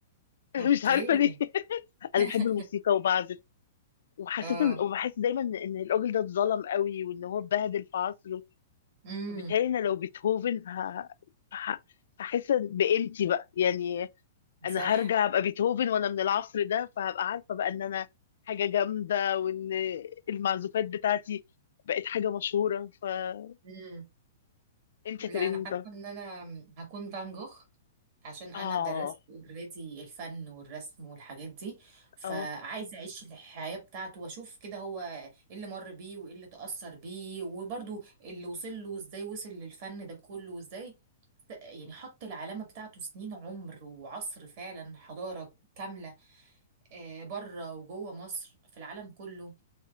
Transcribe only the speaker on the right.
اوكي
<laughs>
اه
امم
صح
امم
لا انا
حاسه
ان انا هكون فان جوخ عشان انا
درست اوريدي الفن والرسم والحاجات دي فعايزه
اعيش الحياه بتاعته واشوف كده هو ايه اللي مر بيه وايه اللي تاثر بيه وبرده اللي وصل له ازاي وصل للفن ده كله وازاي ف- يعني حط العلامه بتاعته سنين عمر وعصر فعلا حضاره كامله آه، بره وجوه مصر في العالم كله